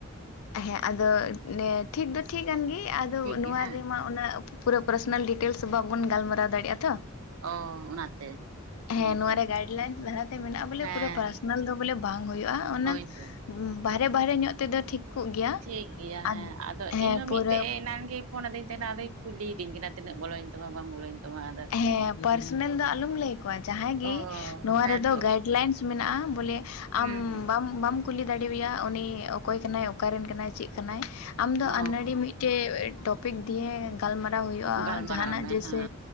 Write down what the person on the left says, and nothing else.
ᱦᱮᱸ ᱟᱫᱚ ᱴᱷᱤᱠ ᱫᱚ ᱴᱷᱤᱠ ᱟᱱ ᱜᱮ ᱟᱫᱚ
ᱱᱚᱣᱟ
ᱨᱮᱢᱟ ᱩᱱᱟᱹᱜ ᱯᱩᱨᱟᱹ ᱯᱨᱟᱥᱚᱱᱟᱞ ᱰᱤᱴᱮᱞᱥ ᱵᱟᱵᱚᱱ ᱜᱟᱞᱢᱟᱨᱟᱣ ᱫᱟᱲᱮᱭᱟᱜᱼᱟ ᱛᱚ᱾
ᱦᱮᱸ ᱱᱚᱶᱥᱟᱨᱮ
ᱜᱟᱭᱤᱰ ᱞᱟᱭᱤᱱᱥ ᱫᱷᱟᱨᱟᱛᱮ ᱢᱮᱱᱟᱜᱼᱟ ᱵᱚᱞᱮ
ᱯᱩᱨᱟᱹ ᱯᱟᱨᱥᱚᱱᱟᱞ ᱫᱚ ᱵᱚᱞᱮ ᱵᱟᱝ ᱦᱩᱭᱩᱜᱼᱟ᱾ ᱚᱱᱟ-
ᱩᱸ ᱵᱟᱨᱦᱮ ᱵᱟᱨᱦᱮ ᱧᱚᱜ ᱛᱮᱫᱚ ᱴᱷᱤᱠ ᱠᱚᱜ ᱜᱮᱭᱟ
ᱟᱨ
ᱦᱮᱸ
ᱯᱩᱨᱟᱹ
ᱦᱮᱸ ᱯᱟᱨᱥᱚᱱᱟᱞ ᱫᱚ ᱟᱞᱚᱢ ᱞᱟᱹᱭ ᱟᱠᱚᱣᱟ, ᱡᱟᱦᱟᱸᱭ ᱜᱤ
ᱱᱚᱣᱟ
ᱨᱮᱫᱚ ᱜᱟᱭᱤᱰ ᱞᱟᱭᱤᱱᱥ ᱢᱮᱱᱟᱜᱼᱟ, ᱵᱚᱞᱮ
ᱟᱢ ᱵᱟᱢ-ᱵᱟᱢ ᱠᱩᱞᱤ ᱫᱟᱲᱮᱣᱟᱭᱟ ᱩᱱᱤ ᱚᱠᱚᱭ ᱠᱟᱱᱟᱭ? ᱚᱠᱟᱨᱮᱱ ᱠᱟᱱᱟᱭ? ᱪᱮᱫ ᱠᱟᱱᱟᱭ, ᱟᱢ ᱫᱚ
ᱟᱱᱟᱹᱲᱤ ᱢᱤᱫᱴᱮᱡ ᱴᱚᱯᱤᱠ ᱫᱤᱭᱮ ᱜᱟᱞᱢᱟᱨᱟᱣ ᱦᱩᱭᱩᱜᱼᱟ
ᱡᱟᱦᱟᱱᱟᱜ
ᱡᱮ
ᱥᱮ